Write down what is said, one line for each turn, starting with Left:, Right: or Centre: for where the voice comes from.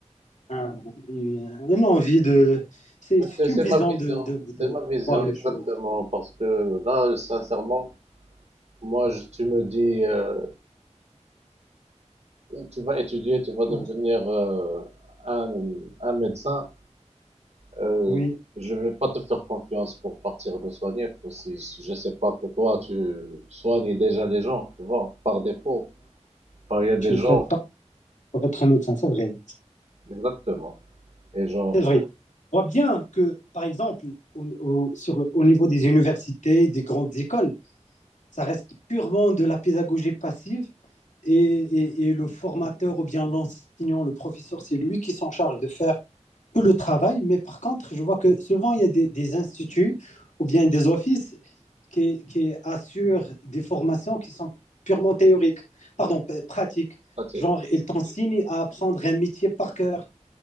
Left: un- une une envie de... C'est
Right: mais
Left: c'est
Right: c'est c'est
Left: une vision
Right: ma vision,
Left: de, de, de
Right: c'est ma vision
Left: voir les
Right: exactement,
Left: choses.
Right: parce que là, sincèrement, moi, je- tu me dis, euh, tu vas étudier, tu vas
Left: Tu
Right: devenir
Left: vois.
Right: euh, un, un médecin, euh,
Left: Oui,
Right: je vais pas te faire confiance pour partir me soigner, parce que si- je sais pas que toi, tu soignes déjà les gens, tu vois, par défaut, Enfin, il y a des
Left: tu ne
Right: gens,
Left: fais pas pour être un médecin, c'est vrai.
Right: exactement, et genre,
Left: C'est vrai.
Right: euh,
Left: On voit bien que, par exemple, au, au- sur, au niveau des universités, des grandes écoles, Ça reste purement de la pédagogie passive et, et, et le formateur ou bien l'enseignant, le professeur, c'est lui qui s'en charge de faire tout le travail. Mais par contre, je vois que souvent, il y a des, des instituts ou bien des offices qui, qui assurent des formations qui sont purement théoriques, pardon, pratiques.
Right: pratique.
Left: Genre, ils t'enseignent à apprendre un métier par cœur,